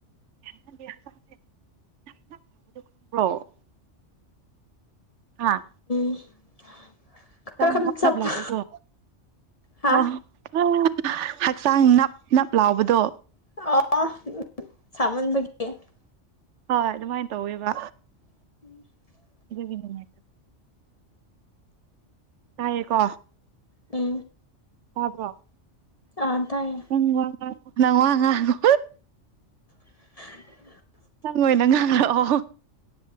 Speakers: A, on the right; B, on the left.
A: <unintelligible> ꯈꯪꯕ꯭ꯔꯣ ꯍꯥꯥ
B: <unintelligible>
A: ꯍꯛꯆꯥꯡ ꯅꯞ
B: ꯆꯠꯄ
A: ꯅꯞ ꯂꯥꯎꯕꯗꯣ
B: ꯍꯥ
A: ꯑꯥ <unintelligible> ꯍꯛꯆꯥꯡ ꯅꯞ ꯅꯞ ꯂꯥꯎꯕꯗꯣ
B: ꯑꫭ ꯑꯣ ꯁꯥꯃꯟꯕꯒꯤ
A: ꯍꯣꯏ ꯑꯗꯨꯃꯥꯏ ꯇꯧꯋꯦꯕ
B: <unintelligible>
A: ꯑꯗꯨꯒꯤꯗꯨꯅꯦ ꯇꯥꯏꯌꯦꯀꯣ
B: ꯎꯝ
A: ꯇꯥꯕ꯭ꯔꫭ
B: ꯑꯥ ꯇꯥꯏꯌꯦ
A: ꯎꯝ ꯋꯥ ꯉꯥꯡꯉꯣ ꯅꯪ ꯋꯥ ꯉꯥꯡꯉꯣ
B: <unintelligible>
A: ꯅꯪ ꯑꯣꯏꯅ ꯉꯥꯡꯂꯛꯑꯣ